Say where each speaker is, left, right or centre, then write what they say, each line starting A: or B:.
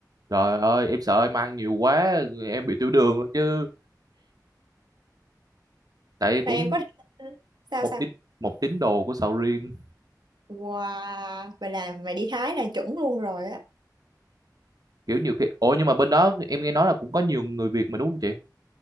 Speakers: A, on the right (about 60°); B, on the right (about 85°).
A: trời ơi em sợ em ăn nhiều quá em bị tiểu đường rồi chứ tại
B: Rồi
A: cũng
B: em có sao
A: một
B: sao?
A: tín một tín đồ của sầu riêng
B: Wow, vậy là mày đi Thái là chuẩn luôn rồi á.
A: kiểu nhiều khi ồ nhưng mà bên đó em nghe nói là cũng có nhiều người Việt mà đúng không chị